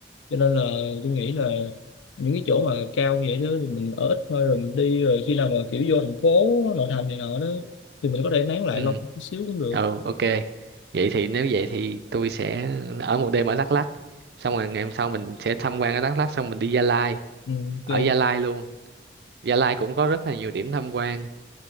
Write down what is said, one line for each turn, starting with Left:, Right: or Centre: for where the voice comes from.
Left: cho nên là tôi nghĩ là những cái chỗ mà cao vậy đó thì mình ở ít thôi rồi mình đi rồi khi nào mà kiểu vô thành phố nội thành này nọ đó thì mình có thể nán lại
Right: ừ
Left: lâu chút xíu cũng được
Right: ừ ok vậy thì nếu vậy thì tôi sẽ ở một đêm ở Đắk Lắk xong rồi ngày hôm sau mình sẽ tham quan ở Đắk Lắk xong mình đi Gia Lai
Left: ừ, ok
Right: ở Gia Lai luôn Gia Lai cũng có rất là nhiều điểm tham quan